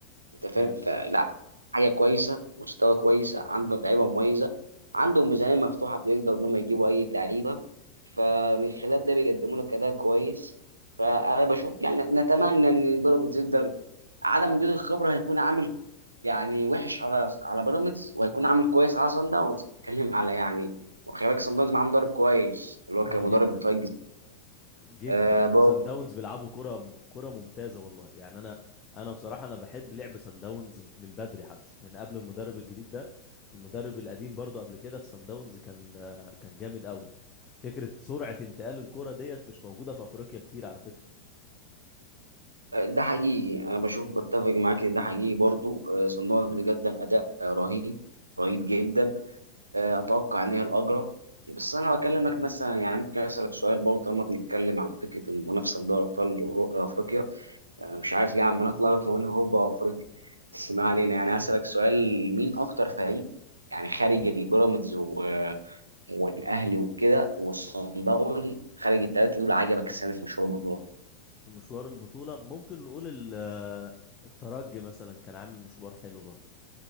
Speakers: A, on the right; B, on the left.
A: انت فاهم
B: فعلا
A: فلا حاجه كويسه مستوى كويس عندهم لعيبه مميزه عندهم ميزانيه مفتوحه بيقدروا ان هم يجيبوا اي لعيبه فمن خلال ده بيقدموا لك اداء كويس فانا بشوف يعني نتمنى ان بيراميدز يقدر عدم وجود الخبره هيكون عامل يعني وحش على على بيراميدز وهيكون عامل كويس على سان داونز اتكلم على يعني وخلي بالك سان داونز معاه مدرب كويس اللي هو
B: اه
A: كان مدرب
B: جدا
A: الطاقه
B: جدا
A: آه
B: وسان
A: برضه
B: داونز بيلعبوا كرة كرة ممتازة والله يعني انا انا بصراحة انا بحب لعب سان داونز من بدري حتى من قبل المدرب الجديد ده المدرب القديم برضو قبل كده في سان داونز كان آه، كان جامد قوي فكرة سرعة انتقال الكرة ديت مش موجودة في افريقيا كتير على فكرة
A: آه، ده حقيقي انا بشوف بتفق معاك ان ده حقيقي برضو آه، صندوق اللي قدم اداء آه، رهيب رهيب جدا آه، اتوقع ان هي الاجرى بس انا بكلمك مثلا يعني ممكن اسالك سؤال برضه طالما بنتكلم عن فكره المنافسه في دوري ابطال أورو- افريقيا آه، مش عارف ليه عمال اتلخبط ما بين اوروبا وافريقيا بس ما علينا يعني اسالك سؤال مين اكتر فريق يعني خارج البيراميدز و- آه، والاهلي وكده والصن داونز خارج الثلاثه دول عجبك السنه في مشوار البطوله
B: في مشوار البطولة ممكن نقول ال- آه، الترجي مثلا كان عامل مشوار حلو برضو